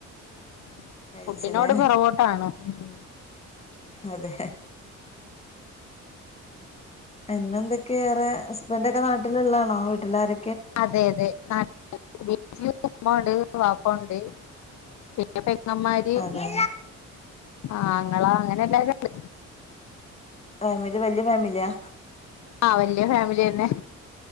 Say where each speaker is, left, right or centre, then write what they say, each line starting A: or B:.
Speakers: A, on the left; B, on the left.
A: <unintelligible>
B: കഴിച്ചില്ലേ
A: ഫുഡിനോട് പെറകോട്ടാണ് മ്മ്
B: അതെ എന്നെന്തക്കെയാ ഏറെ ഹസ്ബൻഡക്കെ നാട്ടില്ള്ളാണോ വീട്ടിലാര
A: അതെയതെ <unintelligible> വീട്ടില് ഉമ്മണ്ട് വാപ്പണ്ട് പിന്നെ പെങ്ങമ്മാര്
B: അതെ
A: ആങ്ങളാ അങ്ങനെല്ലാരുണ്ട്.
B: ആ ഇവര് വല്യ ഫാമിലിയാ.
A: ആ വല്യ ഫാമിലിന്നെ.